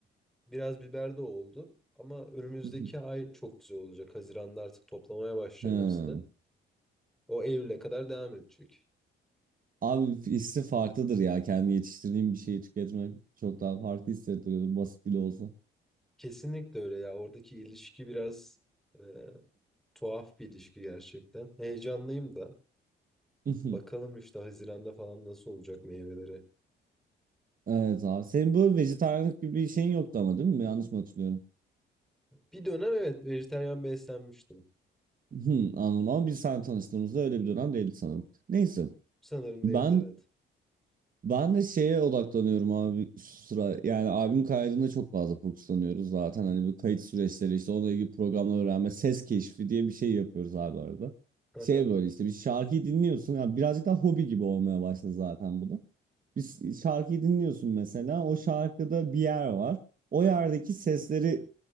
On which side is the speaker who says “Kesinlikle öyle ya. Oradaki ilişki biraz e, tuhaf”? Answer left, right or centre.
Centre